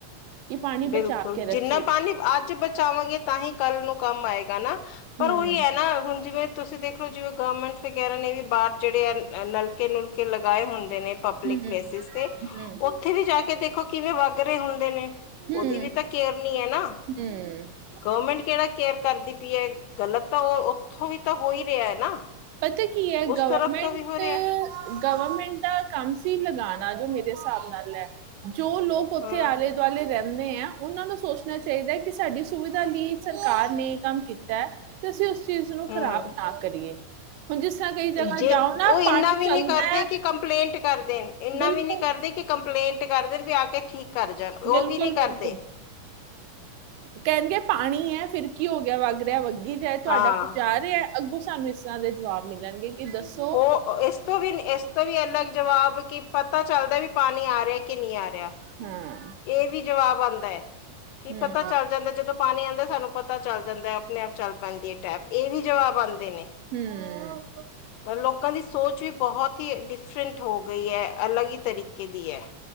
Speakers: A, on the right; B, on the left.
A: ਕਿ ਪਾਣੀ ਬਚਾ
B: ਬਿਲਕੁੱਲ
A: ਕੇ ਰੱਖੀਏ
B: ਜਿੰਨਾ ਪਾਣੀ ਅੱਜ ਬਚਾਵਾਂਗੇ ਤਾਂ ਹੀ ਕੱਲ ਨੂੰ ਕੰਮ ਆਏ ਗਾ ਨਾ। ਪਰ
A: ਹਮ
B: ਓਹੀ ਐ ਨਾ ਹੁਣ ਜਿਵੇਂ ਤੁਸੀਂ ਦੇਖ ਲੋ ਜਿਵੇਂ ਗਵਰਮੈਂਟ ਵਗੈਰਾ ਨੇ ਵੀ ਬਾਰ ਜਿਹੜੇ ਆ ਨਲ ਨੁਲਕੇ ਲਗਾਏ ਹੁੰਦੇ ਨੇ ਪਬਲਿਕ
A: ਹਮ
B: ਪਲੇਸਿਸ ਤੇ
A: ਹੂੰ,
B: ਓਥੇ ਵੀ ਜਾ ਕੇ ਦੇਖੋ ਕਿਵੇਂ ਵਗ ਰਹੇ ਹੁੰਦੇ ਨੇ।
A: ਹੂੰ,
B: ਉਹਦੀ ਵੀ ਤਾਂ ਕੇਅਰ ਨਹੀਂ ਹੈ ਨਾ।
A: ਹੂੰ <inaudible>
B: ਗਵਰਮੈਂਟ ਕਿਹੜਾ ਕੇਅਰ ਕਰਦੀ ਪਈ ਹੈ ਗਲਤ ਤਾਂ ਉਹ ਉੱਥੋਂ ਵੀ ਤਾਂ ਹੋ ਹੀ ਰਿਹਾ ਹੈ ਨਾ
A: ਪਤਾ ਕੀ ਹੈ
B: ਉਸ
A: ਗਵਰਮੈਂਟ
B: ਤਰਫ ਤੋਂ ਵੀ ਹੋ ਰਿਹਾ
A: ਗਵਰਮੈਂਟ ਦਾ ਕੰਮ ਸੀ ਲਗਾਣਾ ਜੋ ਮੇਰੇ ਹਿਸਾਬ ਨਾਲ ਲ ਜੋ ਲੋਕ ਉੱਥੇ
B: ਹਾਂ
A: ਆਲੇ ਦੁਆਲੇ ਰਹਿੰ ਦੇ ਆ ਉਹਨਾਂ ਨੂੰ ਸੋਸ਼ ਣਾ ਚਾਹੀਦਾ ਕਿ ਸਾਡੀ ਸੁਵਿਧਾ ਲਈ ਸਰਕਾਰ ਨੇ ਕੰਮ ਕੀਤਾ ਹੈ ਤੇ ਅਸੀਂ ਉਸ ਚੀਜ਼ ਨੂੰ ਖ਼ਰਾਬ
B: ਹਮ
A: ਨਾ ਕਰੀਏ। ਹੁਣ ਜਿਸ ਤਰ੍ਹਾਂ ਕਈ ਜਗ੍ਹਾ
B: ਜੇ
A: ਜਾਓ ਨਾ
B: ਉਹ ਇੰਨਾ
A: ਪਾਣੀ
B: ਵੀ ਨਹੀਂ
A: ਚੱਲਦਾ
B: ਕਰਦੇ
A: ਹੈ
B: ਕਿ ਕੰਪਲੇਂਟ ਕਰਦੇ ਇੰਨਾ
A: ਬਿਲਕੁਲ
B: ਵੀ ਨਹੀਂ ਕਰਦੇ ਕਿ ਕੰਪ ਲੇਂਟ ਕਰ ਦੇਣ ਵੀ ਆ ਕੇ ਠੀਕ ਕਰ ਜਾਣ ਉਹ
A: ਬਿਲਕੁਲ
B: ਵੀ ਨਹੀਂ ਕਰਦੇ
A: ਬਿਲਕੁਲ ਕਹਿੰਣਗੇ ਪਾਣੀ ਹੈ ਫਿਰ ਕੀ ਹੋ ਗਿਆ ਵਗ ਰਿਹਾ ਵੱਗੀ ਜਾਏ ਤੁਹਾਡਾ
B: ਹਾਂ
A: ਕੋ ਜਾ ਰਿਹਾ। ਅੱਗੋਂ ਸਾਨੂੰ ਇਸ ਦੇ ਜਵਾਬ ਮਿਲਣਗੇ ਕਿ ਦੱਸ।
B: ਹੋ ਇਸ ਤੋਂ ਵੀ ਇਸ ਤੋਂ ਵੀ ਅਲੱਗ ਜਵਾਬ ਕਿ ਪਤਾ ਚੱਲਦਾ ਵੀ ਪਾਣੀ ਆ ਰਿਹਾ ਕਿ ਨਹੀਂ ਆ ਰਿਹਾ।
A: ਹਮ।
B: ਇਹ ਵੀ ਜਵਾਬ ਆਉਂਦਾ ਹੈ। ਕੀ
A: ਹੂੰ,
B: ਪਤਾ ਚੱਲ ਜਾਂਦਾ ਜਦੋਂ ਪਾਣੀ ਆਉਂਦਾ ਸਾਨੂੰ ਪਤਾ ਚੱਲ ਜਾਂਦਾ ਆਪਣੇ ਆਪ ਚੱਲ ਪੈਂਦੀ ਹੈ ਟੈਪ ਇਹ ਵੀ ਜਵਾਬ ਆਉਂਦਾ। ਨੇ
A: ਹੂੰ।
B: ਮਤ ਲੋਕਾਂ ਦੀ ਸੋਚ ਵੀ ਬਹੁਤ ਹੀ ਡਿ ਫਿੰਟ ਹੋ ਗਈ ਹੈ। ਅਲੱਗ ਹੀ ਤਰੀਕੇ ਦੀ ਹੈ।